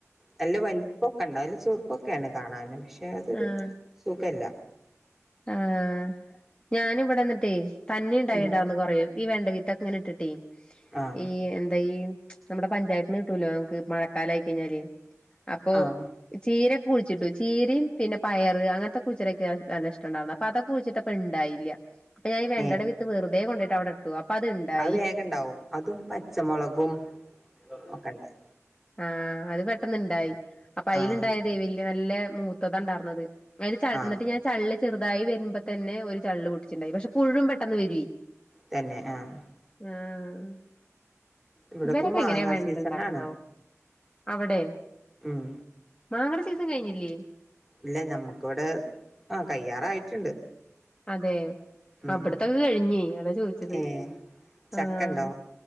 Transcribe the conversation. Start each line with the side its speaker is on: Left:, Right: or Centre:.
Centre: നല്ല വൽപ്പൊക്കെണ്ടാവും. നല്ല ചെറ്ക്കൊക്കേണ് കാണന് പക്ഷെ അതൊരു
Left: ആഹ്
Centre: സുഖല്ല
Left: ആഹ് ഞാന് വടെന്നിട്ടേയ് തന്നേണ്ടായിര്ന്നു
Centre: ഉം
Left: കൊറേ ഈ വെണ്ട വിത്തൊക്കെങ്ങനെ ഇട്ട്ട്ടേയ്
Centre: ആഹ്
Left: ഈ എന്താ ഈ നമ്മടെ പഞ്ചായത്ത്ന്ന് കിട്ടൂലോ നമ്ക്ക് മഴക്കാലായി കഴിഞ്ഞാല് അപ്പൊ
Centre: ആഹ്
Left: ചീരക്കെ കുഴിച്ചിട്ടു. ചീരീം പിന്നെ പയറ് അങ്ങത്തെ കുച്ചീടെക്കെ നല്ലഷ് അപ്പൊ അതക്കെ കുഴിച്ച്ട്ടപ്പണ്ടായില്ല അപ്പൊ ഞാൻ ഈ വെണ്ടടെ
Centre: ഏ
Left: വിത്ത് വെർതേ കൊണ്ടോയിട്ട് അവടെ ഇട്ടു. അപ്പൊ അത്ണ്ടായി
Centre: അത് വേഗണ്ടാവും അതും പച്ചമൊളകും ഒക്കണ്ടായി
Left: ആഹ അത് പെട്ടന്ന്ണ്ടായി. അപ്പൊ അയ്ല്
Centre: ആഹ്
Left: ഇണ്ടായതേ വല്ല്യ നല്ല മൂത്തതാ ണ്ടാർന്നത്. അതില് ച
Centre: ആഹ്
Left: ന്ന്ട്ട് ഞാം ചള്ള് ചെറുതായി വെര്മ്പതന്നെ ഒരു ചള്ള് പൊട്ടിച്ച്ണ്ടായിര്ന്ന് പക്ഷെ പുഴൂമ് പെട്ടന്ന് വെരോയ്
Centre: തന്നെ ആഹ്
Left: ആഹ്
Centre: ഇവിടെ
Left: ഇവരൊക്കെങ്ങനെ
Centre: ഇപ്പ മാങ്ങാ
Left: വെണ്ടണ്ടാക്ക്ണാവോ
Centre: സീസണാണ്
Left: അവടേ
Centre: ഉം
Left: മാങ്ങടെ സീസൺ കഴിഞ്ഞില്ലേ
Centre: ഇല്ല നമ്മുക്കിവിടെ ആ കയ്യാറായിട്ടുണ്ട്
Left: അതെ
Centre: ഉം
Left: അവിടത്തെൊക്കെ കഴിഞ്ഞേ അതാ ചോദിച്ചത്
Centre: ഏ ചക്ക
Left: ആഹ
Centre: ഉണ്ടോ